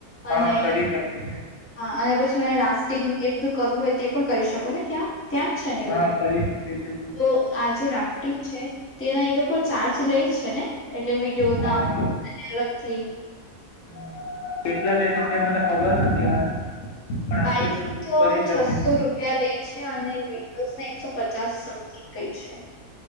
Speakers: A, on the left; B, on the left.
A: અને
B: હા કરી શકે છે
A: હા અને પછી મે રાફ્ટિંગ એ બધું કરવું હોય તે. પણ કરી શકો ને ત્યાં? ત્યાં જ છે ને
B: હા
A: બધું?
B: કરી શકે છે તું
A: તો આ જે રાફ્ટિંગ છે. તે ન એ લોકો. ચાર્જ લઈ? છે ને એટલે વિડીયો
B: હા
A: ના અલગથી.
B: <inaudible> કેટલા લેશે,
A: હા,
B: તે મને ખબર નથી. <unintelligible> આટલી
A: આઈ થિંક
B: વસ્તુ
A: તો,
B: તું કરી
A: છસો
B: શકે છે.
A: રૂપિયા લે છે. અને વિટોસને એકસો પચાસ સમથિંગ. કઈ છે.